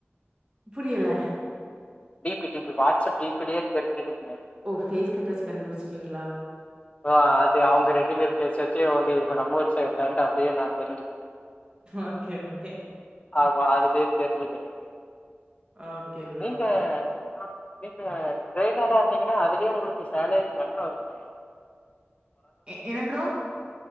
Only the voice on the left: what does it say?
D P D P WhatsApp clean பண்ணியே தெரிஞ்சுதுன
ஆ அது அவங்க ரெண்டு பேர் ஃபேஸ் வச்சு அவங்க இப்ப நம்ம ஊர் சைடு தான்ட்டு தம்பியு நானு தெரிஞ்சுக்கிட்டே
ஆமா அது <unintelligible>
நீங்க
ஆ நீங்க ட்ரெயினரா வந்தீங்கன்னா அதுலயு உங்களுக்கு சேலரி நல்லா இருக்குமே